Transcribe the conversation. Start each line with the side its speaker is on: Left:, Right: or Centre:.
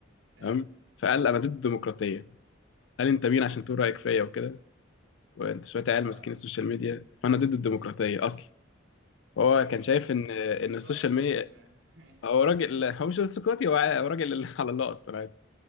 Right: ايوه
Left: تمام فقال انا ضد الديمقراطيه قال انت مين عشان تقول رايك فيا وكده وانت شويه عيال
Right: اه
Left: ماسكين السوشيال ميديا فانا ضد الديمقراطيه اصلا هو
Right: ايوه
Left: كان شايف ان ان
Right: انت سقراطي
Left: السوشيال ميديا
Right: يعني ف... <laughs> ايوه
Left: هو راجل هو مش ارستقراطي هو هو راجل <laughs> على الله اصلا